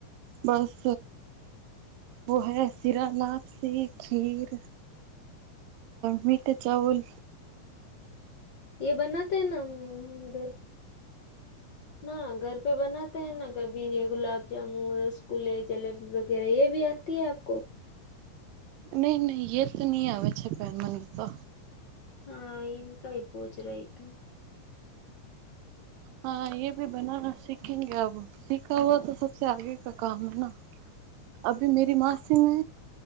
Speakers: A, on the right; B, on the left.
A: બસ વ હૈ, શિરા, લાપસી, ખીર, મીઠા ચાવલ,
B: એ બનાતે હે ના ઘર ના ઘર પે બનાતે હૈ ના કભી ગુલાબ જામુન, રસગુલ્લે, જલેબી વગેરે એ આતી આપકો
A: નહી નહી એ તો નહી આવે છે પેર મને તો
B: હા એનકઈ પૂજરાયતું
A: હા એ ભી બનાના સીખેંગે અ સીખા હુવા તો સબસે આગે કા કામ હૈ. અભી મેરી માસીને